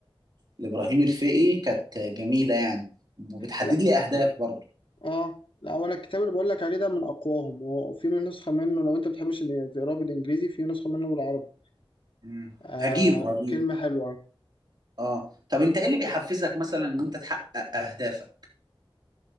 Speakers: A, on the right; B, on the left.
A: لابراهيم الفقي كانت جميله يعني وبتحدد
B: لا
A: لي اهداف برضه
B: اه لا وانا الكتاب اللي بقول لك عليه ده من اقواهم وفي من نسخة منه لو انت بتحبش اللي تقراه بالانجليزي في نسخة منه بالعربي
A: مم.
B: آه
A: هجيبه هجيبه
B: كلمة حلوة
A: اه طب انت ايه اللي بيحفزك مثلا ان انت تحقق اهدافك